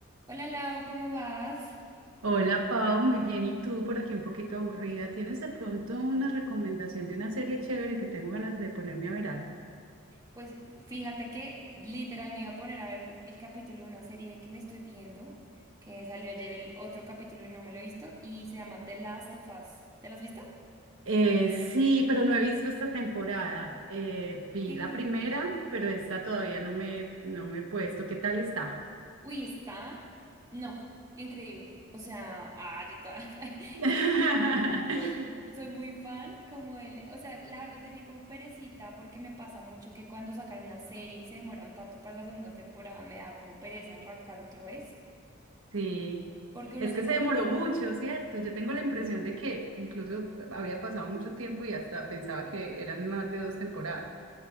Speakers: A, on the right; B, on the right.
A: Hola Lau, ¿cómo vas?
B: Hola Pau, muy bien. ¿Y tú por aquí un poquito aburrida? ¿Tienes de pronto una recomendación de una serie chévere que tengo ganas de ponerme a ver algo?
A: Pues fíjate que literal me iba a poner a ver un- el capítulo de una serie que me estoy viendo, que salió ayer el otro capítulo y no me lo he visto, y se llama The Last of Us. ¿Te lo has visto?
B: Eh, sí, pero no he visto esta temporada. Eh, vi
A: ¿Qué?
B: la primera, pero esta todavía no me, no me he puesto. ¿Qué tal está?
A: Uy, está. No, increíble. O sea, ah, yo toda. <laughs>
B: <laughs>
A: Es que yo soy muy fan, como él. O sea, la verdad tenía como perecita, porque me pasa mucho que cuando sacan una serie y se demoran tanto para la segunda temporada, me da como pereza arrancar otra vez.
B: Sí,
A: Porque uno
B: es
A: se
B: que se demoró mucho, ¿cierto? Yo tengo la impresión de que incluso había pasado mucho tiempo y hasta pensaba que eran más de dos temporadas.